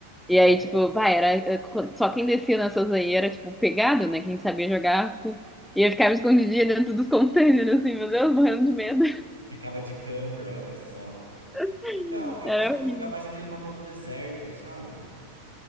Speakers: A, in the centre; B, on the right.
A: E
B: É,
A: aí, tipo, vai, era. Só quem descia nessas aí era, tipo, pegado, né? Quem sabia jogar. tipo, E eu ficava escondidinha dentro dos containers, assim, meu Deus, morrendo de medo.
B: ficava de camper, olha só.
A: <laughs>
B: Então, eu
A: Era
B: gostava
A: horrível.
B: de jogar mais aquele mapa do deserto, sabe?